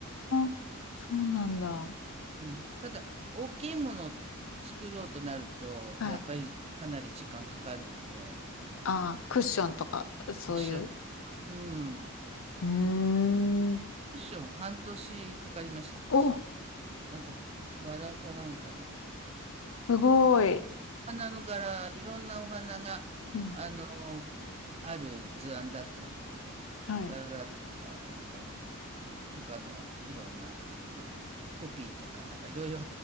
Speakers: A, on the left; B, on the right.
A: あ、そうなんだ。
B: うん。ただ、大きいものを作ろうとなると、
A: はい。
B: やっぱりかなり時間かかるので、
A: ああ、クッションとか、そういう。
B: クッション、うん。
A: うーん。
B: クッション半年かかりました、私。
A: お、
B: なんか、バラかなんかの。
A: すごい。
B: 花の柄、いろんなお花が、
A: うん。
B: あの、ある図案だったんだけど、
A: はい。
B: バラとか、なんか、他のいろんな、あの、ポピーとか、なんかいろいろ、